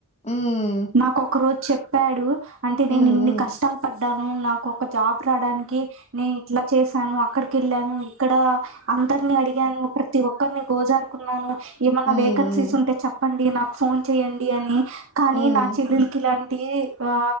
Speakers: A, on the left; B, on the right.
A: ఉమ్
B: నాకు ఒక రోజు చెప్పాడు అంటే నేను
A: ఉమ్, ఉమ్,
B: ఇన్ని కష్టాలు పడ్డాను నాకు ఒక జాబ్ రావడానికి నేను ఇట్లా చేసాను అక్కడికి ఎళ్ళాను ఇక్కడ అందరిని అడిగాను ప్రతి ఒక్కరిని గోజారుకున్నాను ఏమన్నా
A: ఉమ్,
B: వేకెన్సీస్ ఉంటే చెప్పండి నాకు ఫోన్ చెయండి అని కానీ
A: ఉమ్,
B: నా చెల్లలికి ఇలాంటి ఆ